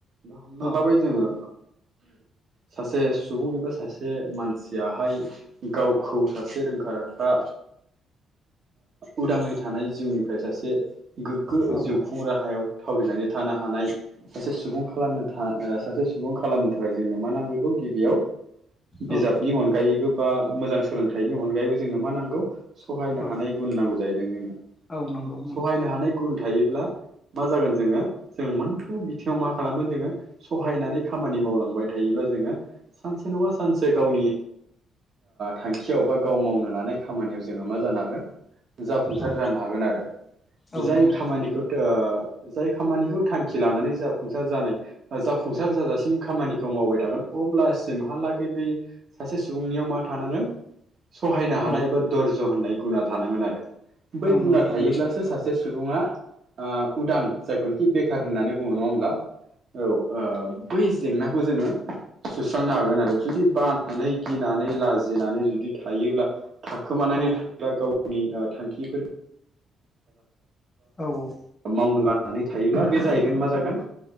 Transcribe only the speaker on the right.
दा हमना
लाबाय
जोङो सासे सुबुं एबा सासे मानसियाहाय गावखौ सासे रोंखा -राखा उदाङै थानाय जिउनिफ्राय सासे गोग्गो
जिउ खुं राहायाव थावरिनानै थानो हानाय सासे सुबुं खालामनो सासे सुबुं खालामनो थाखाय जोंनो मा नांगोरगौ गिबियाव बिजाबनि
अनगायैबो बा मोजां सोलोंथाइनि अनगायैबो जोंनो मा नांगौ सहायनो
हानाय गुन नांगौ जाहैदों जोंना
सहायनो हानाय गुन थायो। ब्ला मा जागोन जोङो जों मोनफ्रोमबो बिथिङाव मा खालामगोन जोङो सहायनानै खामानि मावलांबाय थायोब्ला जोङो सानसे से नङा सानसे गावनि थांखियाव बा गाव मावनो लानाय खामानियाव जोङो मा जानो हागोन जाफुंसार
जानो हागोन आरो
जाय
खामानिखौ जाय खामानिखौ थांखि लानानै जाफुंसार जानाय जाफुंसार जाजासिम खामानिखौ मावबाय थागोन अब्लासिम हालागै बै सासे सुबुंनियाव मा थानांगोन सहायनो हानाय
एबा दर होननाय गुना थानांगोन आरो बै
गुना
थायोब्लासो
सासे सुबुङा उदां जायखौनोखि बे बेखार होननानै बुङो नङा ओमब्ला औ बै जेंनाखौ जोङो सुस्रांनो हागोन आरो जुदि बानानै गिनानै लाजिनानै जुदि थायोब्ला थाखोमानानै
थायोब्ला गावनि ओ थांखिफोर
मावनो बानानै थायो। बे जाहैगोन मा जागोन